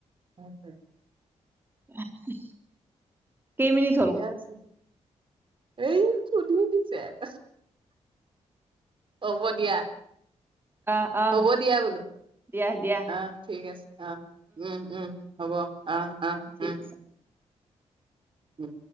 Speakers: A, on the right; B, on the right.
A: <unintelligible>
B: হেৱকে কেই মিনিনিট
A: ঠিকে আছে, এই সুধি দিছে একসে। হ'ব দিয়া।
B: আহ আহ
A: হ'ব দিয়া বোলো।
B: দিয়া দিয়া
A: আহ' ঠিক আছে, আহ' উম, উম হ'ব আহ', আহ'
B: ঠিক
A: উম।
B: আছে
A: উম।